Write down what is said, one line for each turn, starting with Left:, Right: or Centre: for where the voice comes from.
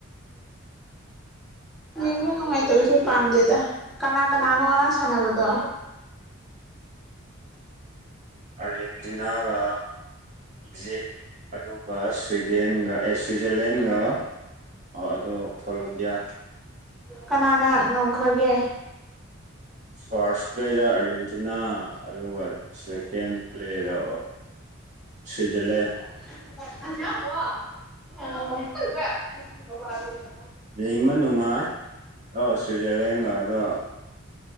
Centre: ꯌꯦꯕ ꯅꯨꯡꯉꯥꯏ ꯇꯁꯔ ꯄꯥꯝꯗꯦꯗ ꯀꯅꯥ ꯀꯅꯥꯅꯣ ꯉꯔꯥꯡ ꯁꯥꯟꯅꯕꯗꯣ
Right: ꯑꯔꯖꯦꯟꯇꯤꯅꯥꯒ ꯏꯖꯤꯞ ꯑꯗꯨꯒ ꯁ꯭ꯋꯤꯗꯦꯟꯒ ꯑꯦ ꯁ꯭ꯋꯤꯖꯔꯂꯦꯟꯒ ꯑꯗꯨꯗꯣ ꯀꯣꯂꯣꯕꯤꯌꯥ
Centre: ꯀꯅꯥꯅ ꯉꯝꯈ꯭ꯔꯒꯦ
Right: ꯐꯥꯔꯁ ꯄ꯭ꯂꯦꯗ ꯑꯥꯔꯖꯦꯟꯇꯤꯅꯥ ꯑꯗꯨꯒ ꯁꯦꯀꯦꯟ ꯄ꯭ꯂꯗ ꯁꯤꯖꯔꯂꯦ
Centre: <unintelligible> <inaudible> <inaudible>
Right: ꯌꯦꯡꯕ ꯅꯨꯡꯉꯥꯏ ꯑꯣ ꯁ꯭ꯋꯤꯖꯔꯂꯦꯟꯒ ꯑꯗꯣ